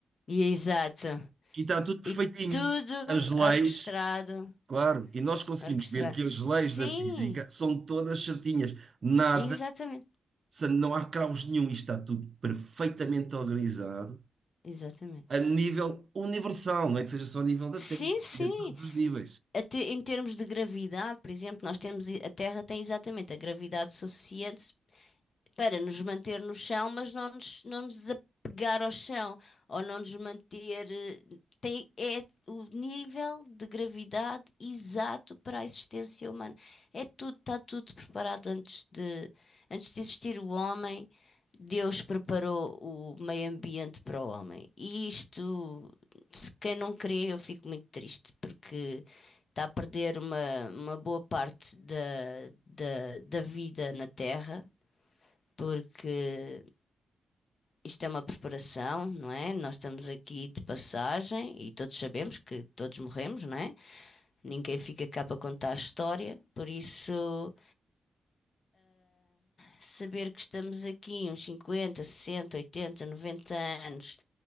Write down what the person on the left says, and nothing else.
E exato.
E tudo
orquestrado,
orquestrado.
Sim,
exatamente,
exatamente.
Sim,
sim.
Até em termos de gravidade, por exemplo, nós temos a Terra tem exatamente a gravidade suficiente para nos manter no chão, mas não nos, não nos desapegar ao chão, ou não nos manter. eh, Tem, é o nível de gravidade exato para a existência humana. É tudo, está tudo preparado antes de, antes de existir o homem. Deus preparou o meio ambiente para o homem. E isto, se quem não crê, eu fico muito triste, porque está a perder uma, uma boa parte da, da, da vida na Terra porque isto é uma preparação, não é? Nós estamos aqui de passagem e todos sabemos que todos morremos, não é? Ninguém fica cá para contar a história, por isso saber que estamos aqui uns 50, 60, 80, 90 anos